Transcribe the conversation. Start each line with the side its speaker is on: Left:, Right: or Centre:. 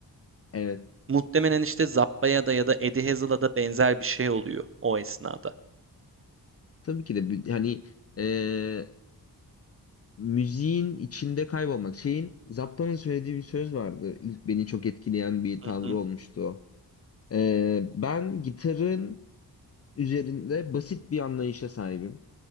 Left: Evet.
Right: Muhtemelen işte Zappa'ya da ya da Eddie Hazel'a da benzer bir şey oluyor o esnada.
Left: Tabii ki de bir- hani e, müziğin içinde kaybolmak. Şeyin Zappa'nın söylediği bir söz vardı. İlk beni çok etkileyen bir
Right: Hı
Left: tavrı
Right: hı.
Left: olmuştu o. E, ben gitarın üzerinde basit bir anlayışa sahibim.